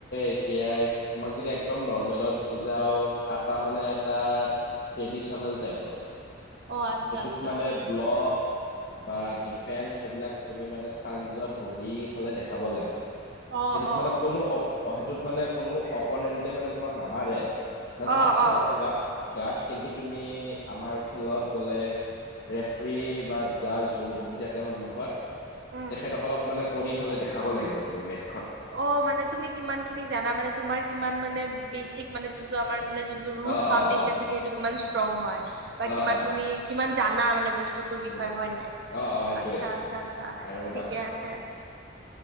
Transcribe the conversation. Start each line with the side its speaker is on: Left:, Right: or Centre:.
Left: এতিয়া তোমাক যদি একদম নৰ্মেলত বুজাও কাটা মানে এটা ট্ৰেডিচনেল টাইপৰ।
Right: অ আচ্ছা
Left: সেইটোত
Right: আচ্ছা
Left: মানে ব্লক বা ডিফেন্স সেইবিলাক তুমি মানে চানজত বহি পেলাই দেখাব লাগে।
Right: অ
Left: সেইটোত
Right: অ
Left: মানে কোনো অ সেইটোত মানে কোনো অপনেন্টে মানে তোমাক নামাৰে। মানে
Right: অ
Left: তচ
Right: অ
Left: নকৰে গাত, গাত কিন্তু তুমি আমাৰ খেলত গ'লে ৰেফ্ৰী বা জাজ যোন বহি থাকে সন্মুখত
Right: উম
Left: তেখেতসকলক মানে, কৰি ইফালে দেখাব লাগিব তুমি মেট
Right: অ', মানে তুমি কিমান খিনি জানা মানে তোমাৰ কিমান মানে বেচিক মানে যোনটো আমাৰ মানে জুনটো ৰোট
Left: অ
Right: ফাউণ্ডেচন
Left: অ অ
Right: থাকে সেইটো কিমান ষ্ট্ৰং হয় বা
Left: অ
Right: কিমান
Left: অ
Right: তুমি কিমান জানা মানে বচ বস্তুটোৰ বিষয়ে
Left: উম
Right: হয় নাই,
Left: অ অ সেইটোৱে
Right: আচছা, আচছা- আচছা
Left: আৰু
Right: ঠিকে আছে।